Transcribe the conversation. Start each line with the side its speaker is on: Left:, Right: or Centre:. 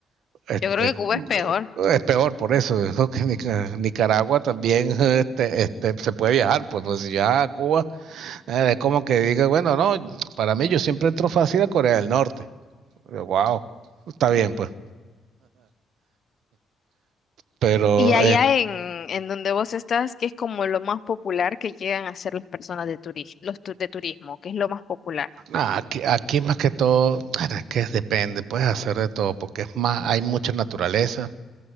Right: este
Left: Yo creo que Cuba
Right: mm,
Left: es peor.
Right: es peor por eso, yo creo que Nica- Nicaragua también eh, este, este se puede viajar, pues, pues si viaja a Cuba, eh, es como que diga, bueno, no, para mí yo siempre entro fácil a Corea del Norte. Wow, está bien, pues. Pero
Left: Y allá en, en donde vos estás, que es como lo más popular que llegan a hacer las personas de turismo, los tu- de turismo, que es lo más popular.
Right: Ah, aquí, aquí más que todo, bueno, es que depende, puedes hacer de todo, porque es más, hay mucha naturaleza,